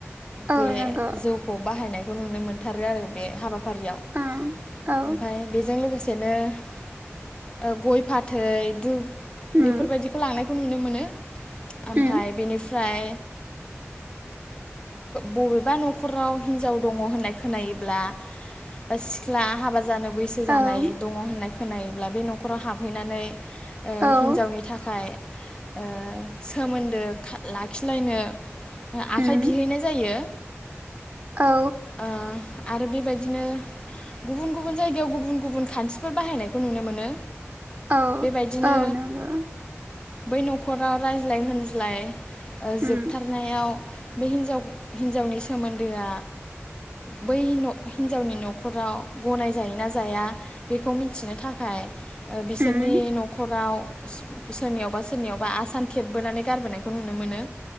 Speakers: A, on the left; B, on the right.
A: बे
B: औ नंगौ
A: जौखौ बाहायनाय नुनो मोनदों आरो आरो बे हाबा फारियाव
B: औ औ
A: ओमफ्राय बेजों लोगोसे बिदिनो ओ गय फाथै धुप बेफोरबायदिखौ
B: उम
A: लांनाय खौ नुनो मोनो ओमफ्राय
B: उम
A: बेनिफ्राय बबेबा न'खराव हिनजाव दङ होननाय खो खोनायोब्ला बा सिख्ला हाबा जा जानो बैसो
B: औ
A: जानाय दङ होननाय खोनायोब्ला बे न'खराव हाबहैनानै ओ
B: औ
A: हिन्जावनि थाखाय ओ सोमोन्दो लाखिलायनो आखाइ
B: उम
A: बिहैनाय जायो
B: औ
A: ओ आरो बेबायदिनो गुबुन गुबुन जायगायाव गुबुन गुबुन खान्थिफोर बाहायनायखौ नुनो मोनो
B: औ
A: बेबायदिनो
B: औ नंगौ
A: बै न'खराव रायज्लाय होनज्लाय ओ
B: उम
A: जोबथारनायाव बे हिन्जाव हिन्जावनि सोमोन्दोआ बै हिनजावनि न'खराव ग'नाय जायोना जाया बेखौ मिथिनो थाखाय ओ बिसोरनि
B: उम
A: न'खराव सोरनियावबा सोरनियावबा आसान थेबबोनानै गारबोनायखौ नुनो मोनो